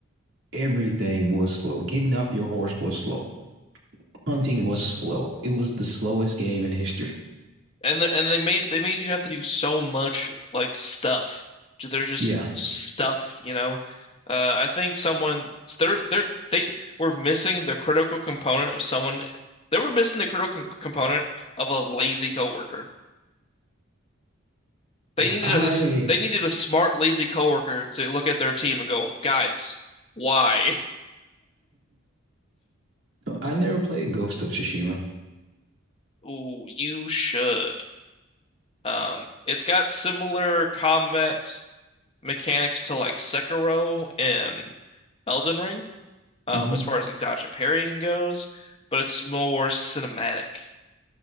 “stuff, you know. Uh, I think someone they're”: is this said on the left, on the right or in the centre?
Left